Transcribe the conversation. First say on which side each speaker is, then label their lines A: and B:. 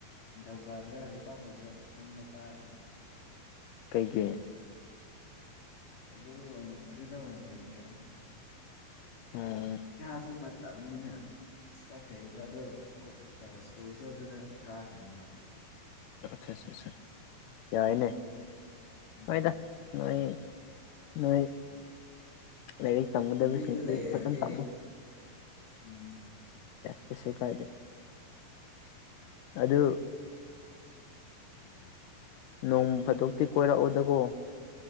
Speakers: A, on the left; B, on the left.
A: ꯅꯤꯡꯊꯧ ꯀꯥꯗ꯭ꯔꯦ ꯍꯧꯗꯤ ꯏ ꯄꯄꯨꯗ ꯇꯤꯡꯗ ꯀꯥꯈ꯭ꯔꯦ
B: ꯀꯩꯀꯩ
A: ꯑꯗꯨ ꯑꯗꯨꯗ ꯑꯣꯏꯅ ꯂꯩꯈ꯭ꯔꯒꯦ
B: ꯎꯝ
A: ꯌꯥꯁꯨꯕꯨ ꯄꯠꯇꯅ ꯑꯁ ꯆꯠꯈ꯭ꯔꯤꯕ ꯑꯗꯣ ꯁ꯭ꯀꯨꯜꯁꯨꯣ ꯑꯗꯨꯗ ꯀꯥꯈ꯭ꯔꯅꯦꯕ
B: ꯑ ꯑ ꯑ ꯌꯥꯏꯅꯦ
A: ꯎꯝ ꯎꯝ
B: ꯍꯣꯏꯗ ꯅꯣꯏ ꯅꯣꯏ ꯂꯥꯏꯔꯤꯛ ꯇꯝꯒꯨꯗꯕꯁꯤꯡꯁꯤ
A: ꯏꯆꯦꯗ ꯂꯩꯈ꯭ꯔꯒꯦ
B: ꯐꯖꯅ ꯇꯝꯃꯨ
A: ꯎꯝ
B: ꯀꯁꯨ ꯀꯥꯏꯗꯦ ꯑꯗꯨ ꯅꯣꯡ ꯐꯥꯗꯣꯛꯇꯤ ꯀꯣꯏꯔꯛꯑꯣꯗꯀꯣ